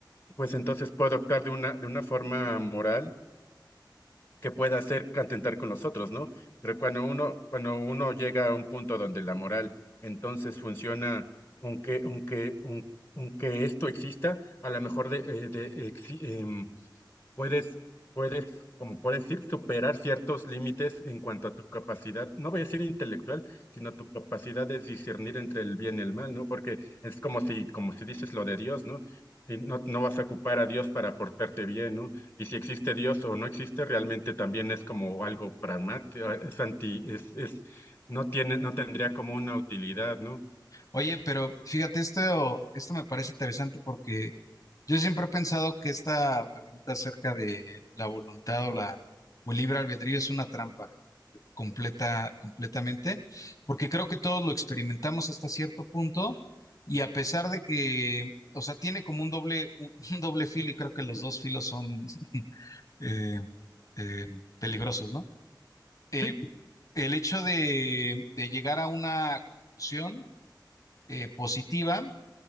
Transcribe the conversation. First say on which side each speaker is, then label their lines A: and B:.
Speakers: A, on the left; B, on the left.
A: pues entonces puedo actuar de una, de una forma moral que pueda hacer atentar con los otros, ¿no? Pero cuando uno, cuando uno llega a un punto donde la moral entonces funciona, aunque, aunque, aun- aunque esto exista, a lo mejor de, eh, de, exi- em, Puedes, puedes, como puedes decir, superar ciertos límites en cuanto a tu capacidad, no voy a decir intelectual, sino tu capacidad de discernir entre el bien y el mal, ¿no? Porque es como si, como si dices lo de Dios, ¿no? Y no, no vas a ocupar a Dios para portarte bien, ¿no? Y si existe Dios o no existe, realmente también es como algo pragmático, eh, es anti, es, es, no tiene, no tendría como una utilidad, ¿no?
B: Oye, pero fíjate, esto, esto me parece interesante porque yo siempre he pensado que esta pregunta acerca de la voluntad o la o el libre albedrío es una trampa. completa, completamente, porque creo que todos lo experimentamos hasta cierto punto y a pesar de que, o sea, tiene como un doble, un, <laughs> un doble filo y creo que los dos filos son <laughs> eh, eh, peligrosos, ¿no? Eh,
A: Sí,
B: el hecho de, de llegar a una conclusión eh, positiva